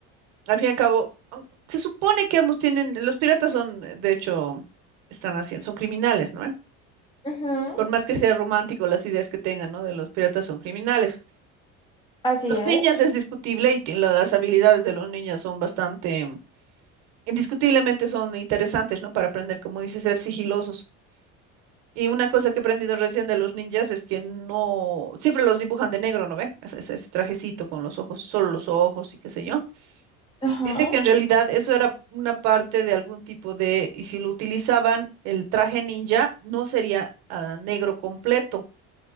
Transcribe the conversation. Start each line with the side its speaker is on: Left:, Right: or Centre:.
Right: Al fin y al cabo, mm, se supone que ambos tienen, los piratas son, eh, de hecho, están haciendo, son criminales, ¿no? eh?
Left: Ujú,
Right: Por más que sea romántico las ideas que tengan, ¿no? De los piratas son criminales.
Left: así
Right: Los
Left: es.
Right: ninjas es discutible y ti- las habilidades de los ninjas son bastante indiscutiblemente son interesantes, ¿no? Para aprender, como dices, ser sigilosos. Y una cosa que he aprendido recién de los ninjas es que no, siempre los dibujan de negro, ¿no ve? Ese, ese- ese trajecito con los ojos, solo los ojos y qué sé yo.
Left: Ajá.
Right: Dice que en realidad eso era una parte de algún tipo de, y si lo utilizaban, el traje ninja no sería ah, negro completo,